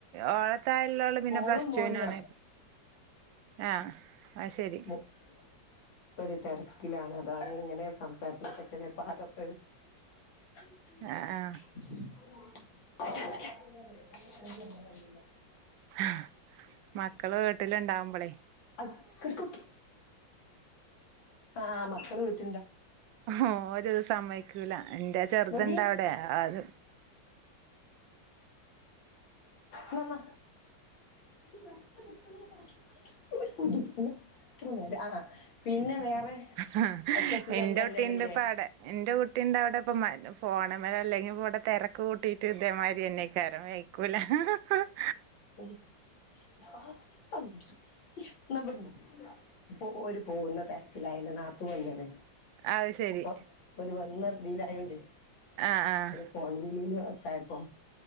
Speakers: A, on the right (about 80°); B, on the left (about 80°).
A: ഓള് തായള്ളോള് പിന്നെ
B: മോളും
A: പ്ലസ്
B: മോനുവാ
A: ടുവിനാണ് ആ ആ ശരി
B: <inaudible> ഒരു തരക്കിലാണ് അതാണ് അങ്ങനെ സംസാരത്തിൽക്കെച്ചില പാകപ്പെ <unintelligible>
A: ആഹ്
B: <inaudible>
A: ആഹ്
B: വരാം വരാം <unintelligible>
A: ആഹ് മക്കള് വീട്ടില് ഇണ്ടാവുമ്പളെ
B: അത്ക്കൊക്കെ ആഹ് മക്കള് വീട്ടില്
A: ഓല് സമ്മയ്ക്കൂല എന്റെ ചെറുത്ണ്ടവിടെ
B: നോക്കി
A: അത്
B: ന്നന്ന ബസ്സ്‌ കിട്ടും പറന്ന ഒരു തുടിപ്പ് ത്ര നേരം ആ പിന്നെ വേറെ
A: ആഹ്
B: ഒക്കെ സുഖം
A: എന്റെ
B: തന്നെയാണ്ല്ലേ
A: കുട്ടീണ്ട്‌പ്പവടെ എന്റെ കുട്ടി ഉണ്ട അവിടെ ഇപ്പ ഫോണമല അല്ലെങ്കി ഇവിടെ തിരക്ക് കൂട്ടിട്ട് ഇതേമാതിരി തന്നെ കരാ വെയ്ക്കൂല <unintelligible>
B: <inaudible> ന്ന ഇബ്ട്ന്ന് ഓരു പോകുന്ന തിരക്കിലാ ന്റെ നാതൂ വന്ന് ലെ
A: അത് ശരി
B: അപ്പൊ ഒരു വന്ന ദിലായോണ്ടേ
A: ആഹ് ആഹ്
B: ഫോൺ വിളിയില് ഒക്കായപ്പോ